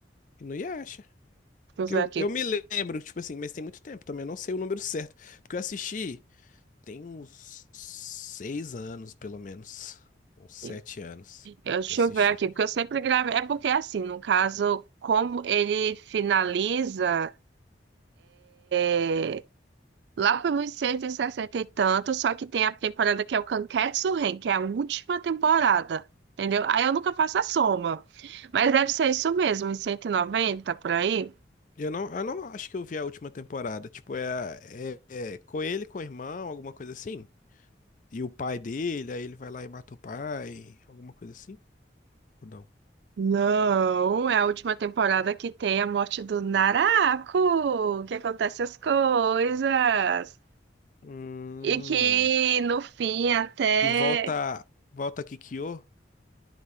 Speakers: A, on the left; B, on the right.
A: E não ia acha.
B: Deixa eu
A: Que
B: ver
A: eu,
B: aqui.
A: eu me lembro, tipo assim, mas tem muito tempo também. Eu não sei o número certo. Porque eu assisti tem uns seis anos, pelo menos. Uns sete
B: Eu-
A: anos
B: Deixa
A: que eu assisti.
B: eu ver aqui, porque eu sempre gravei. É porque, é assim, no caso, como ele finaliza é, lá pelos cento e sessenta e tanto, só que tem a temporada que é o Kanketsu Ren, que é a última temporada, entendeu? Aí eu nunca faço a soma. Mas deve ser isso mesmo, uns cento e noventa por aí.
A: E Eu não, eu não acho que eu vi a última temporada. Tipo, é, a- é, é com ele, com o irmão, alguma coisa assim. E o pai dele, aí ele vai lá e mata o pai, alguma coisa assim? Ou não?
B: Não, é a última temporada que tem a morte do Naraku, que acontece as coisas.
A: Hum.
B: E que no fim até
A: E volta, volta a Kikyo.